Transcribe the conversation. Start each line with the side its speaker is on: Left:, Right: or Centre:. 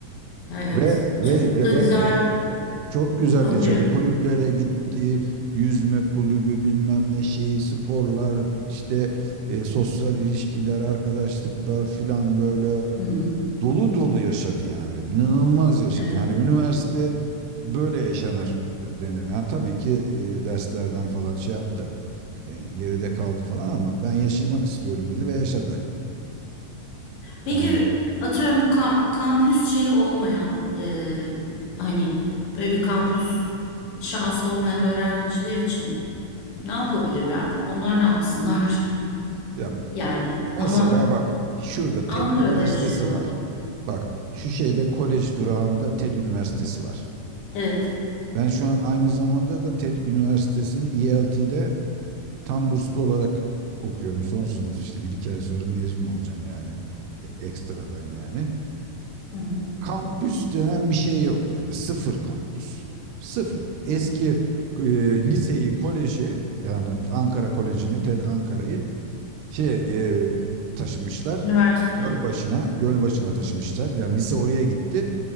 Left: Evet.
Right: Ve ve
Left: Çok
Right: ge-
Left: da güzel.
Right: çok güzel
Left: Ha,
Right: yaşadı.
Left: buyurun.
Right: Kulüplere gitti. Yüzme kulübü bilmem ne şeyi sporlar işte e, sosyal ilişkiler arkadaşlıklar filan böyle
Left: Hı hı.
Right: dolu dolu yaşadı yani. İnanılmaz yaşadı.
Left: Evet.
Right: Yani üniversite böyle yaşanır denir. Yani tabii ki e, derslerden falan şey yaptı e, geride kaldı falan ama ben yaşamak istiyorum dedi ve yaşadı.
Left: Peki
Right: Yani
Left: atıyorum ka- kampüs şeyi olmayan e, hani böyle bir kampüs şansı olmayan öğrenciler için ne yapabilirler? Onlar ne yapsınlar? <laughs>
Right: ya
Left: Yani
Right: mesela
Left: ama
Right: bak şurada
Left: Ankara'da
Right: TED Üniversitesi
Left: yaşıyor.
Right: var. Bak şu şeyde kolej durağında TED Üniversitesi var.
Left: Evet.
Right: Ben şu an aynı zamanda da TED Üniversitesi'nin ELT'de tam burslu olarak okuyorum. Son sınıf işte bir iki ay sonra mezun olacağım yani e, ekstradan yani.
Left: Hı hı.
Right: Kampüs denen bir şey yok yani sıfır kampüs. Sıfır. Eski
Left: Hı hı.
Right: e, liseyi, koleji yani Ankara Koleji'ni, TED Ankara'yı şey e, taşımışlar.
Left: Üniversite.
Right: Gölbaşı'na, Gölbaşı'na taşımışlar. Yani lise oraya gitti.